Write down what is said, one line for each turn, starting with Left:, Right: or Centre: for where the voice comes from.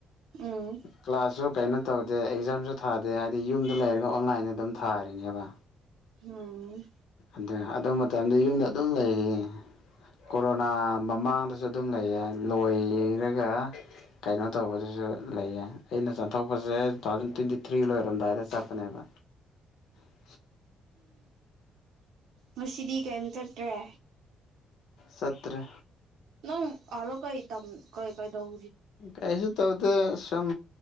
Right: ꯎꯝ
Left: ꯀ꯭ꯂꯥꯁꯁꯨ ꯀꯩꯅꯣ ꯇꯧꯗꯦ ꯑꯦꯛꯖꯥꯝꯁꯨ ꯊꯥꯗꯦ ꯍꯥꯏꯗꯤ ꯌꯨꯝꯗ ꯂꯩꯔꯒ ꯑꯣꯟꯂꯥꯏꯟꯗ ꯑꯗꯨꯝ ꯊꯥꯔꯤꯅꯦꯕ
Right: ꯎꯝ
Left: ꯑ ꯑꯗꯨ ꯃꯇꯝꯗ ꯌꯨꯝꯗ ꯑꯗꯨꯝ ꯂꯩꯌꯦ ꯀꯣꯔꯣꯅꯥ ꯃꯃꯥꯡꯗꯁꯨ ꯑꯗꯨꯝ ꯂꯩꯌꯦ ꯂꯣꯏꯔꯒ ꯀꯩꯅꯣ ꯇꯧꯕꯗꯨꯁꯨ ꯂꯩꯌꯦ ꯑꯩꯅ ꯆꯠꯊꯣꯛꯄꯁꯦ ꯇꯨ ꯊꯥꯎꯖꯟ ꯇ꯭ꯋꯦꯟꯇꯤ ꯊ꯭ꯔꯤ ꯂꯣꯏꯔꯝꯗꯥꯏꯗ ꯆꯠꯄꯅꯦꯕ <unintelligible>
Right: ꯉꯗꯤ ꯀꯔꯤꯝ ꯆꯠꯇ꯭ꯔꯦ
Left: ꯁꯠꯇ꯭ꯔ
Right: ꯅꯪ ꯑꯂꯣ ꯀꯩ ꯇꯝ ꯀꯩ ꯀꯥꯏꯗꯧ
Left: ꯀꯥꯏꯁꯨ ꯇꯧꯗ ꯁꯨꯝ